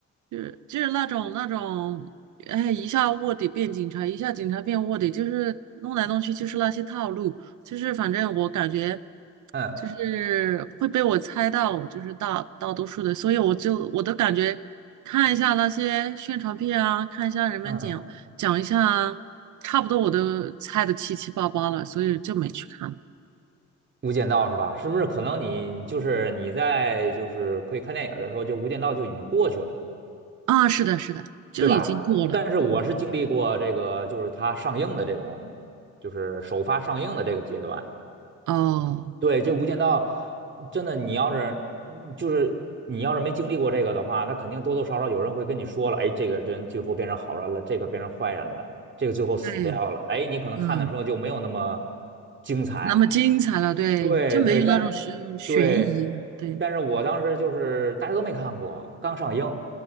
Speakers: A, on the right; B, on the right.
A: 就是就是那种那种，哎，一下卧底变警察，一下警察变卧底，就是弄来弄去就是那些套路，就是反正我感觉
B: 嗯
A: 就是会被我猜到，就是大大多数的，所以我就我都感觉看一下那些宣传片啊，看一下人们讲讲一下啊差不多我都猜的七七八八了，
B: 嗯，
A: 所以就没去看了
B: 《无间道》是吧？是不是可能你你就是你在就是可以看电影儿的时候，就《无间道》就已经过去了，
A: 啊。是的，是的，就已经过了，
B: 对吧？但是我是经历过这个，
A: 过了。
B: 就是它上映的这种，就是首发上映的这个阶段。
A: 哦，
B: 对，这《无间道》真的，你要是就是你要是没经历过这个的话，那肯定多多少少有人会跟你说了，哎，这个人最后变成好人了，这个变成坏人了，这个最后死掉了，
A: 对，
B: 哎，你可能看的时候就没有那么
A: 嗯。
B: 精彩。
A: 那么精彩了，对，
B: 对对，
A: 就没有那种悬悬疑了，
B: 但对，
A: 对，
B: 但是我当时就是大家都没看过，刚上映，